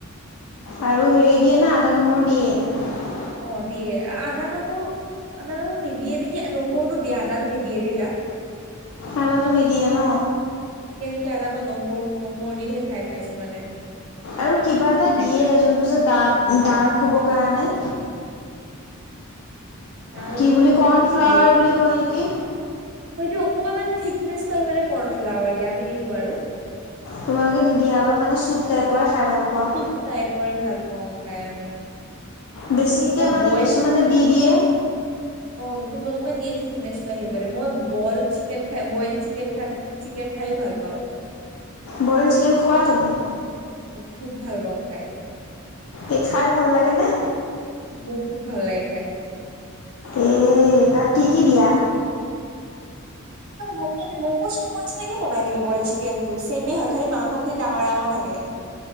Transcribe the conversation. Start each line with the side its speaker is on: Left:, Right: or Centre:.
Left: আৰু হেৰি দিয়ে না, আদা নহৰু দিয়ে।
Right: অ', দিয়ে আদা নহৰু। আদা নহৰু নিদিয়ে নেকি, নহৰুটো দিয়া আদাটো নিদিয়ে দেই তাত।
Left: আদাটো নিদিয়ে ন?
Right: এটা মই নহৰু, নহৰু দিইহে খাই পাইছোঁ মানে।
Left: আৰু কিবা এটা
Right: সেনেকা
Left: দিয়ে যোনটো যে ড ডাৰ্ক হ'বৰ কাৰণে।
Right: ডাৰ্ক
Left: কি বুলি
Right: হবৰ
Left: কৰ্ণফ্লাৱাৰ
Right: কাৰণে কি দিয়ে!
Left: বুলি কয় নেকি
Right: সেইটো অকমান মানে থিকনেচটো আহিবে কৰ্ণ ফ্লাৱাৰ দিয়া আমি নিদো বাৰু। উ,
Left: তোমালোকে নিদিয়া অলপ মানে চুপ টাইপৰে খাই ভাল পোৱা
Right: চুপ টাইপৰ ভালপা ম খাই আমি।
Left: বেছিকে
Right: মই
Left: মানে
Right: বইল
Left: কিছুমানে দি দিয়ে
Right: অ', কোনোবে দিয়ে থিকনেচটো আহিবলে। মই বল চিকেন খাই বইল চিকেন চিকেন ভাল পাওঁ।
Left: বইল চিকেন খোৱা তুমি?
Right: খুব ভাল পাও খাই।
Left: এই খাই ভাল লাগেনে?
Right: মোৰ খুব ভাল লাগে খাই।
Left: এ, তাত কি কি দিয়া?
Right: ম'ম চুপৰ নিছিনাকেই বনাই কিন্তু বইল চিকেনটো, চেম হয়, খালি মাংসখিনি ডাঙৰ ডাঙৰ থাকে।